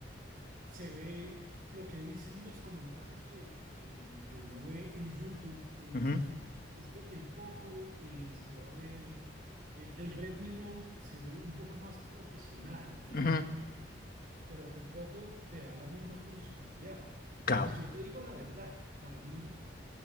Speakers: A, on the right; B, on the left.
A: se ve lo que dicen los comentarios que, que, que tú, que uno ve en YouTube, es
B: Ujú,
A: como, es que el Poco eh, se va a ver, eh, el, el Redmi Note se ve un poco más profesional que
B: ujú.
A: el Poco, pero el Poco te da la misma funcionalidad.
B: Claro.
A: Y yo te digo la verdad, para mí,